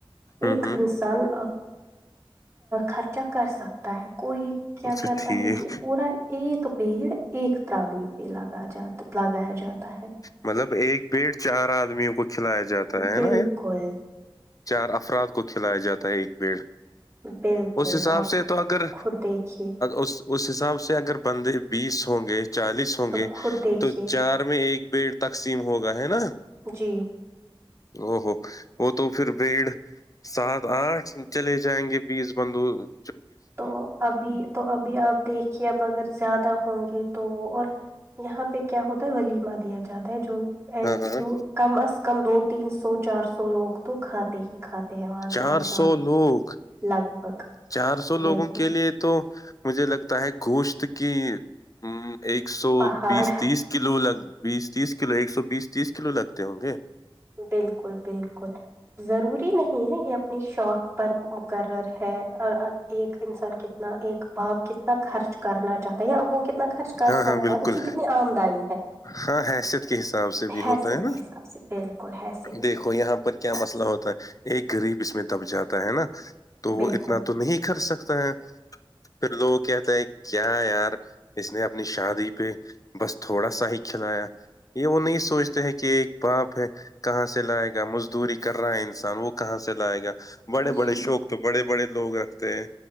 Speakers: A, on the left; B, on the right.
A: ہوں
B: ایک
A: ہوں
B: انسان خرچا کر سکتا ہے کوئی کیا
A: اچھا
B: کرتا
A: ٹھیک
B: ہے کہ پورا ایک بیڑ ایک ترانیی پہ لگا جات لگایا جاتا ہے
A: مطلب ایک بیٹ چار آدمیوں کو کھلایا جاتا ہے
B: بالکل
A: نا چار افراد کو کھلایا جاتا ہے ایک بیڑ
B: بالکل
A: اس حساب
B: آپ
A: سے تو اگر
B: خود دیکھیے
A: اس اس حساب سے اگر بندے بیس ہوں گے چالیس ہوں
B: تو
A: گے
B: خود دیکھیے
A: تو چار میں ایک بیڈ تقسیم ہوگا ہے نا
B: جی
A: او ہو وہ تو پھر بیڑ سات آٹھ چلے جائیں گے بیس بندوق
B: تو ابھی تو ابھی آپ دیکھیے اب اگر زیادہ ہوں گے تو وہ اور یہاں پہ کیا ہوتا ہے ولیمہ دیا جاتا ہے جو ای
A: ہاں ہاں
B: کم از کم دو تین سو چار سو لوگ تو کھاتے ہی کھاتے ہیں وازوان
A: چار
B: شادی
A: سو لوگ
B: لگ بھگ
A: چار سو
B: بالکل
A: لوگوں کے لیے تو مجھے لگتا ہے گوشت کی ہ ایک سو
B: پہاڑ
A: بیس تیس کلو لگ بیس تیس کلو ایک سو بیس تیس کلو لگتے ہوں گے
B: بالکل بالکل ضروری نہیں ہے یہ اپنی شوق پر مقرر ہے اور ایک انسان کتنا ایک باپ کتنا خرچ کرنا چاہتا ہے یا وہ کتنا کتنا خرچ کر
A: ہاں
B: سکتا
A: ہاں بالکل
B: ہے اس کی کتنی آمدنی ہے
A: ہاں حیثیت کے حساب سے بھی
B: حیثیت
A: ہوتا ہے نا
B: کے حساب سے بالکل ہے
A: دیکھو یہاں پر کیا مسئلہ ہوتا ہے ایک غریب اس میں دب جاتا ہے نا تو
B: بالکل
A: اتنا تو نہیں کرر سکتا ہے پھر لوگ کہتے ہیں کیا یار اس نے اپنی شادی پہ بس تھوڑا سا ہی کھلایا یہ وہ نہیں سوچتے ہیں کہ ایک باپ ہے کہاں سے لائے گا مزدوری کر رہا ہے انسان وہ کہاں سے لائے گا بڑے
B: جی
A: بڑے شوق تو بڑے بڑے لوگ رکھتے ہیں